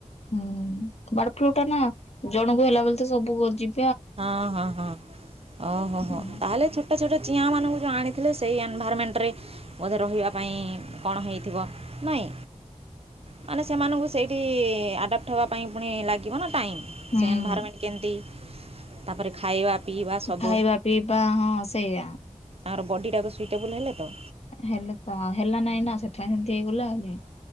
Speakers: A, on the left; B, on the right.
A: ହୁଁ ବାର୍ଡ ଫ୍ଲୁଟା ନା ଜଣଙ୍କୁ ହେଲା ବୋଲି ତ ସବୁ କୋ ଯି
B: ହଁ ହଁ ହଁ ଓହୋ ଓହୋ
A: ହୁଁ।
B: ତାହେଲେ ଛୋଟ ଛୋଟ ଚିଆଁ ମାନଙ୍କୁ ଯୋଉ ଆଣିଥିଲେ। ସେଇ ଏନଭାଇରମେଣ୍ଟରେ ବୋଧେ ରହିବା ପାଇଁ କଣ ହେଇଥିବ। ନାଇଁ ମାନେ ସେମାନଙ୍କୁ ସେଇଠି ଆଡାପ୍ଟ ହେବା ପାଇଁ ପୁଣି ଲା ଲାଗିବ ନା ଟାଇମ
A: ହୁଁ
B: ସେ ଏନଭାଇରମେଣ୍ଟ କେମିତି ତାପରେ ଖାଇବା ପିଇବା ସବୁ
A: ଖାଇବା ପିଇବା ହଁ ସେଇଆ।
B: ତାଙ୍କର ବଡ଼ିଟାକୁ ସୁଇଟେବୁଲ୍ ହେଲେ ତ।
A: ହେଲେ ତ ହେଲା ନାଇଁ ନା ସେଥିପାଇଁ ସେମିତି ହେଇଗଲା ଆହୁରି।